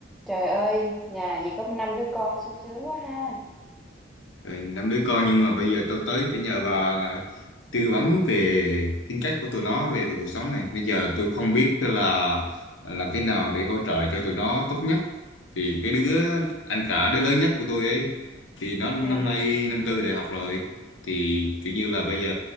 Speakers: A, in the centre; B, on the left.
A: Trời ơi, nhà gì có năm đứa con sung sướng quá ha.
B: Rồi, năm đứa con nhưng mà bây giờ tôi tới phải nhờ bà là tư vấn về tính cách của tụi nó về cuộc sống này bây giờ tôi không biết là làm thế nào để hỗ trợ cho tụi nó tốt nhất thì cái đứa anh cả đứa lớn nhất của tôi ấy thì nó năm
A: Ừ,
B: nay năm tư đại học rồi thì kiểu như là bây giờ